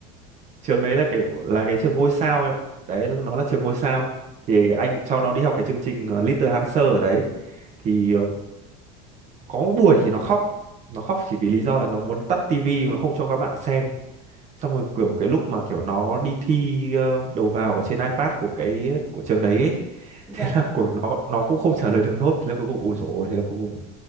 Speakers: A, on the right; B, in the centre.
A: trường đấy là kiểu là cái trường ngôi sao em ạ đấy nó là
B: Vâng.
A: trường ngôi sao thì
B: Vâng.
A: anh cho nó đi học cái chương trình ờ, Little Hamster ở đấy thì ờ, có buổi thì nó khóc nó khóc chỉ vì lý do là nó muốn tắt tivi nó không cho các bạn xem xong rồi kiểu cái lúc mà kiểu nó đi thi ờ, đầu vào ở trên iPad của cái của trường đấy ấy, <laughs>
B: Vâng.
A: thế là của nó nó cũng không trả lời được nốt thế là cuối cùng ủi dồi ôi, thế là cuối cùng